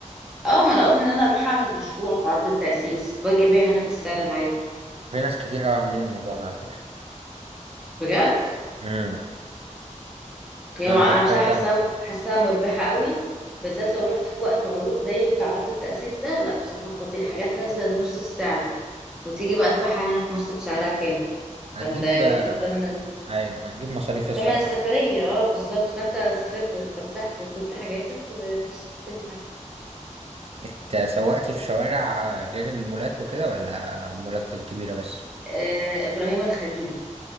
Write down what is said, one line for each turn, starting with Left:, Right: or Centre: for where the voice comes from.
Centre: اه ما انا قصدي ان انا اروح اعمل مشروع في عرض التأسيس واجي ابيع هنا بالسعر العادي
Right: في ناس كتير قوي عاملين الموضوع ده على فكرة
Centre: بجد
Right: امم
Centre: يعني
Right: انا
Centre: هو انا
Right: فكرت
Centre: بصراحة حاساها
Right: اعمل كده
Centre: حاساها مربحة قوي بالذات لو رحت في وقت عروض زي بتاع عرض التأسيس ده لا بصراحة خطير حاجات نازلة لنص السعر وتيجي بقى تبيعها هنا في مصر بسعرها كامل
Right: هتجيب
Centre: فانت
Right: آه،
Centre: جبت التمن
Right: ايوه هتجيب مصاريف السفر
Centre: تمن السفرية اه بالظبط فانت سافرت واتفسحت وجبت حاجاتك وتستلم
Right: اتسوقتي في شوارع غير المولات وكده ولا المولات الكبيرة بس؟
Centre: آه، ابراهيم الخليلي